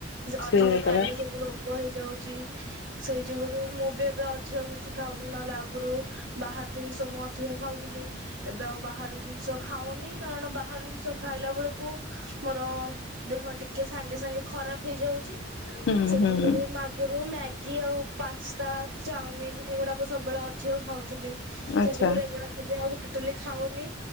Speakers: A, on the right (about 65°); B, on the left (about 65°).
A: ଅଧିକ
B: ସେଇଆ
A: ଖାଇଲେ
B: ପରା
A: ସବୁ ରୋଗ ହେଇଯାଉଚି ସେଇ ଯୁଗୁରୁ ମୁଁ ବି ଏବେ ଅଧିକ କିଛି ଖାଉ ନହେଲେ ଆଗରୁ ବାହାର ଜିନିଷ ମୁଁ ମଧ୍ୟ ଖାଉଥିଲି। ଏବେ ଆଉ ବାହାର ଜିନିଷ ଖାଉନି କାରଣ ବାହାର ଜିନିଷ ଖାଇଲା ବେଳକୁ ମୋର ଦେହ ଟିକେ ସାଙ୍ଗେ ସାଙ୍ଗେ ଖରାପ ହେଇଯାଉଚି ।
B: ହୁଁ
A: ସେ
B: ହୁଁ
A: ଯୁଗରୁ <unintelligible> ମ୍ୟାଗି ଆଉ ପାସ୍ତା ଚାଉମିିନ୍ ଏଗୁଡ଼ାକ ସବୁବେଳେ ଅ ଅଧିକ ଖାଉଥିଲି
B: ଆଚ୍ଛା
A: ସେ ଯୁ ଏଗୁଡା କେବେ ଆଉ ଟୋଟାଲି ଖାଉନି